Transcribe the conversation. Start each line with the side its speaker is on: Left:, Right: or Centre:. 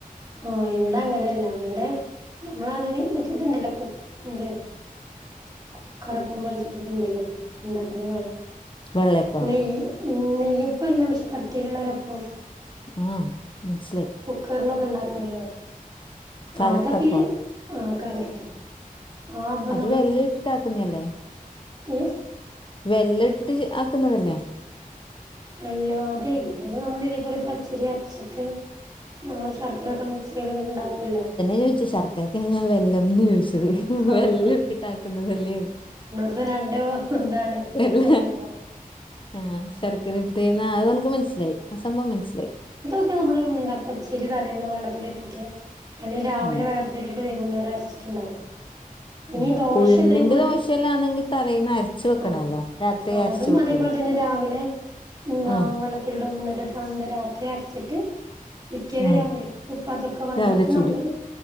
Right: ആഹ് ഇവിടെ അങ്ങനെയല്ല ഇവിടെ നമ്മള അതിന് മറ്റേ ഇതുണ്ടല്ലോ കു ഇന്ത് കുക്കറപ്പം പോലത്തര്ത്ണ്ടല്ലോ എന്താപ്പതിന് പറ്യാ
Left: വെള്ളയപ്പ
Right: നെയ്യ് നെയ്യപ്പല്ല പക്ഷെ കട്ടില്ള്ളരപ്പം
Left: ആഹ് മൻസിലായി
Right: ക്കർലൊക്കെണ്ടാക്കൊല്ലോ
Left: കലത്തപ്പ
Right: ആതക്കീ ആഹ് കലത്തപ്പം ആ അപ്പം
Left: അത് വെര്‌ലിൽട്ട്ട്ടാട്ടുന്ന്യേല്ലേ
Right: യ്യ്
Left: വെര്‌ലിൽട്ടിട്ട്ചെ ആക്കുന്നതല്ലേ
Right: അല്ലാ അദൈ അത് നമ്മൾ ഇതേപോലെ പച്ചരി അരച്ചിട്ട് നമ്മൾ ശർക്കരയൊക്കെ മിക്സ് ചെയ്ത് ഉണ്ടാക്കുമല്ലോ.
Left: ചോദിച്ചത് ശർക്കരക്കനെ ഞാൻ വെല്ലംന്ന് ചോദിച്ചത് വെല്ലം
Right: ആഹ്
Left: ഇട്ടിട്ടാക്കുന്നുന്നത്ല്ലേ.
Right: ഇത് രണ്ട്. ഇതാണ്
Left: എല്ല
Right: പേര്
Left: ആഹ. ചെരുക്കന് ഇഷ്ട്ട യിര്ന്ന് അത് നനക്ക് മനസിലായി ആ സംഭവം മനസ്സിലായി.
Right: നമ്മ പച്ചിരി തലേന്ന്വെള്ളത്തിിട്ടിട്ട് അല്ലെങ്ക രാവിലെ
Left: ഉം
Right: വെള്ളത്തി. ഇിട്ട് വൈകുന്നേരം അരച്ചിട്ടുണ്ടാക്കും. ഇനിിയ
Left: ആഹ്
Right: ദോശ
Left: ഉഴുന്നിന്റെ
Right: അതേപോലെ
Left: ദോശല്ലാന്നെങ്കിൽ തലേന്ന് അരച്ച് വെക്കണല്ലോ
Right: ആഹ
Left: രാത്രി
Right: ആ
Left: അരച്ച്
Right: അതും
Left: വെക്കൂലേ
Right: അതേപോലെ തന്നെ രാവിലെ. എന്താ
Left: ആഹ്
Right: വെള്ളത്തിലടമ്പന്നിട്ട് ത രാത്രി അരച്ചിട്ട്. പിറ്റേത്
Left: ആഹ്
Right: രാവില ഇപ്പ അതൊക്കെ വന്നിട്ട്
Left: രാവിലെ ചുടും
Right: നമ്മള്.